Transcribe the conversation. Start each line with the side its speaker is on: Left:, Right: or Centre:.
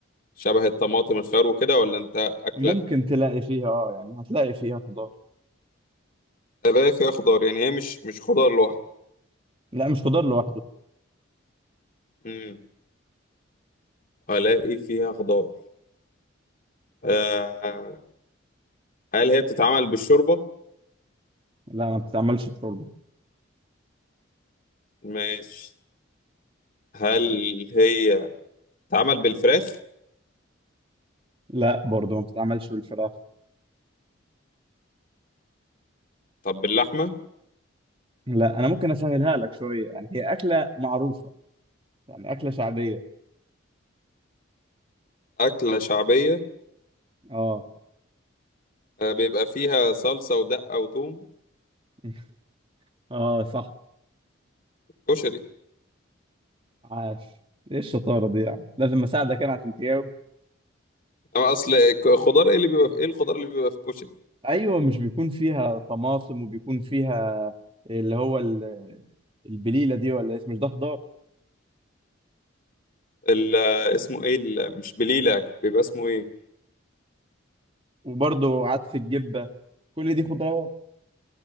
Left: شبه الطماطم الخيار وكده ولا انت اكله
Right: ممكن تلاقي فيها اه يعني هتلاقي فيها خضار
Left: الاقي فيها خضار يعني هي مش مش خضار لوحده
Right: لا مش خضار لوحده
Left: امم الاقي فيها خضار آه هل هي بتتعمل بالشوربه
Right: لا ما بتتعملش بشوربه
Left: ماشي هل هي اتعمل بالفراخ
Right: لا برضه ما بتتعملش بالفراخ
Left: طب باللحمة
Right: لا انا ممكن اسهلها لك شويه يعني هي اكله معروفه يعني اكله شعبيه
Left: أكلة شعبية
Right: اه
Left: آه، بيبقى فيها صلصة ودقة وثوم
Right: <laughs> اه صح
Left: كشري
Right: عاش ايه الشطاره دي يعني لازم اساعدك انا عشان تجاوب
Left: أما أصل ك- خضار إيه اللي بيبقى في إيه الخضار اللي بيبقى في الكشري
Right: ايوه مش بيكون فيها طماطم وبيكون فيها اللي هو ال- البليله دي ولا اسمه مش ده خضار
Left: ال- آه، اسمه إيه ال- مش بليلة بيبقى اسمه إيه
Right: وبرضه عدس الجبة كل دي خضروات